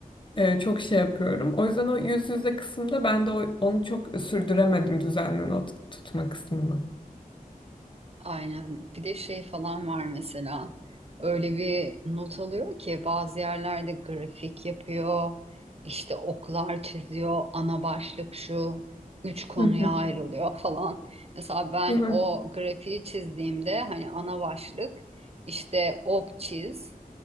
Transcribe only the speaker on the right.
Aynen. Bir de şey falan var mesela. Öyle bir not alıyor ki bazı yerlerde grafik yapıyor, işte oklar çiziyor, ana başlık şu, üç konuya
ayrılıyor <laughs> falan. Mesela ben
o grafiği çizdiğimde hani ana başlık işte ok çiz,